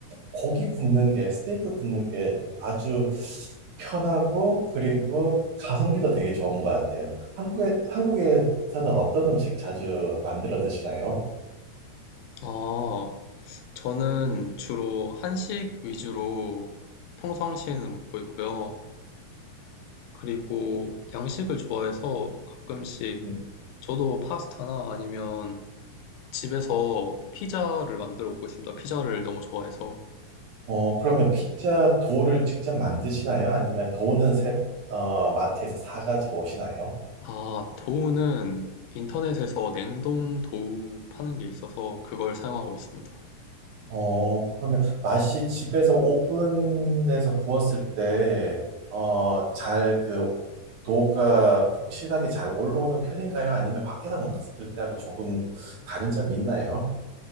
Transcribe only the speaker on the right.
고기 굽는 게, 스테이크 굽는 게 아주 편하고 그리고 가성비도 되게 좋은 것 같아요. 한국에, 한국에서는 어떤 음식 자주 만들어 드시나요?
음,
어, 그러면 피자 도를 직접 만드시나요? 아니면 도는 세- 어, 마트에서 사가지고 오시나요?
어, 그러면 맛이 집에서 오븐에서 구웠을 때, 어, 잘 그 도가 폭신하게 잘 올라오는 편인가요? 아니면 밖에서 먹을 때하고 조금 다른 점이 있나요?